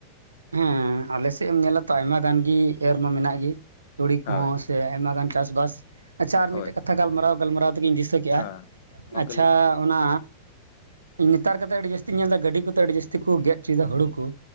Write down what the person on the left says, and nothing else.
ᱦᱳᱭ
ᱦᱳᱭ
ᱦᱮᱸ ᱜᱚᱝᱠᱮ
ᱞᱟᱹᱭ ᱵᱤᱱ